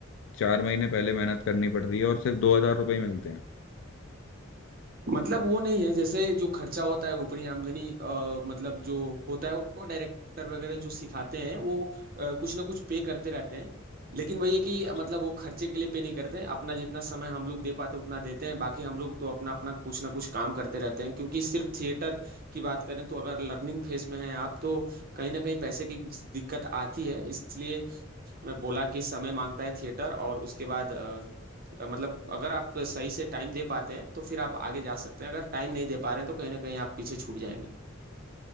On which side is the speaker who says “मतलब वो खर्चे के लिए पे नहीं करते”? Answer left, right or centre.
Right